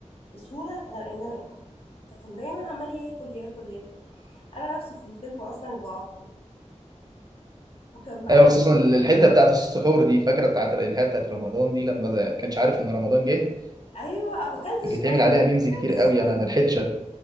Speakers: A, on the left (about 50°); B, on the right (about 30°).
A: بسهولة غير ان انا اكل فكان دايما عمال ياكل ياكل ياكل انا نفسي في الفيلم اصلا جوع وكان معاه
B: ايوه
A: الكوميديا
B: خصوصا الحتة بتاعت السحور دي فاكرة بتاعت اللي هي بتاعت رمضان دي لما ما كانش عارف ان رمضان جه
A: ايوه ما اكلتش
B: كان بيتعمل
A: رز
B: عليها ميمز
A: ما اكلتش
B: كتير قوي
A: رز
B: انا ما لحقتش أ-